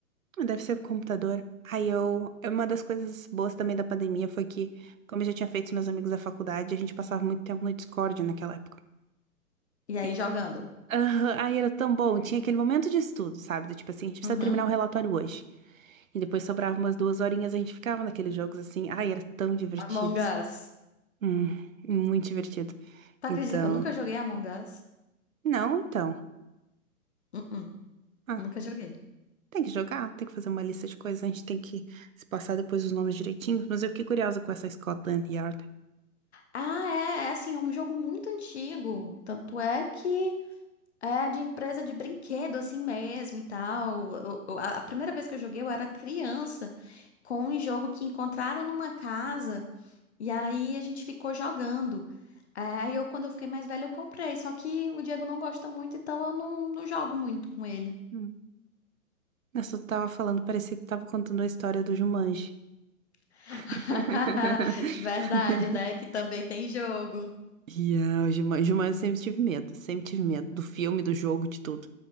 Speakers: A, on the right; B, on the left.
A: Ah, Deve ser o computador. Aí eu. Uma das coisas boas também da pandemia foi que, como eu já tinha feito com meus amigos da faculdade, a gente passava muito tempo no Discord naquela época.
B: E aí,
A: E-
B: jogando.
A: Aham, Aí era tão bom. Tinha aquele momento de estudo, sabe? Do tipo assim, a gente precisa
B: Uhum.
A: terminar o relatório hoje. E depois sobrava umas duas horinhas, a gente ficava naqueles jogos assim. Ai, era tão divertido.
B: Among Us.
A: Hum, muito divertido.
B: Tu
A: Então.
B: acredita que eu nunca joguei Among Us?
A: Não, então.
B: Uh-uh,
A: Ah,
B: nunca joguei.
A: Tem que jogar, tem que fazer uma lista de coisas, a gente tem que se passar depois os nomes direitinhos, mas eu fiquei curiosa com essa Scotland Yard.
B: Ah, é, é assim, é um jogo muito antigo. Tanto é que é de empresa de brinquedo, assim mesmo e tal. Eu- eu- a a primeira vez que eu joguei, eu era criança, com um jogo que encontraram numa casa, e aí a gente ficou jogando. É, Aí eu, quando eu fiquei mais velha, eu comprei. Só que o Diego não gosta muito, então eu não, não jogo muito com ele.
A: Hum. Mas tu tava falando, parecia que tu tava contando a história do Jumanji.
B: <laughs>
A: <laughs>
B: Verdade, né? Que também tem jogo.
A: Yeah, o Jumanji, Jumanji eu sempre tive medo, sempre tive medo do filme, do jogo, de tudo.